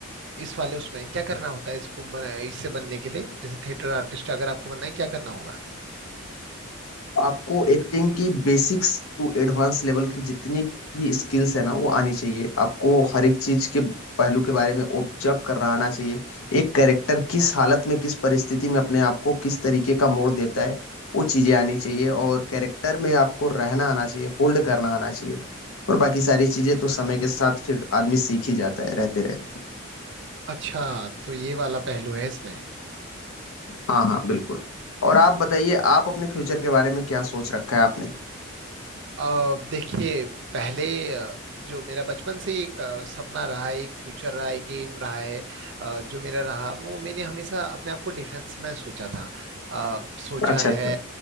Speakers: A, on the right (about 55°); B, on the left (about 80°).
A: इस वाले उसमें क्या करना होता है इसको बना इससे बनने के लिए जैसे थिएटर आर्टिस्ट अगर आपको बनना है क्या करना होगा
B: आपको एक्टिंग की बेसिक्स टू एडवांस लेवल की जितनी भी स्किल्स है ना वो आनी चाहिए आपको हर एक चीज के पहलू के बारे में ऑब्जर्व करना आना चाहिए एक कैरेक्टर किस हालत में किस परिस्थिति में अपने आप को किस तरीके का मोड़ देता है वो चीजें आनी चाहिए और कैरेक्टर में आपको रहना आना चाहिए होल्ड करना आना चाहिए और बाकी सारी चीजें तो समय के साथ फिर आदमी सीख ही जाता है रहते रहते
A: अच्छा तो ये वाला पहलू है इसमें
B: हाँ हाँ बिल्कुल और आप बताइए आप अपने फ्यूचर के बारे में क्या सोच रखा है आपने
A: अ, देखिए पहले अ, जो मेरा बचपन से एक अ, सपना रहा है एक फ्यूचर रहा है एक एम रहा है अ, जो मेरा रहा वो मैंने हमेशा अपने आप को डिफेंस में सोचा था अ, सोचा
B: अच्छा
A: है
B: अच्छा